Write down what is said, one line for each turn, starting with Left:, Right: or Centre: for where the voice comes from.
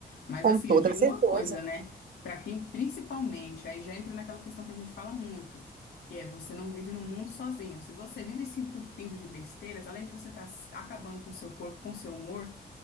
Left: Mas,
Right: Com
Left: assim,
Right: toda
Left: eu digo
Right: certeza.
Left: uma coisa, né? Para quem, principalmente, aí já entra naquela questão que a gente fala muito. Que é, você não vive no mundo sozinho. Se você vive se entupindo de besteiras, além de você estar acabando com seu corpo, com seu humor,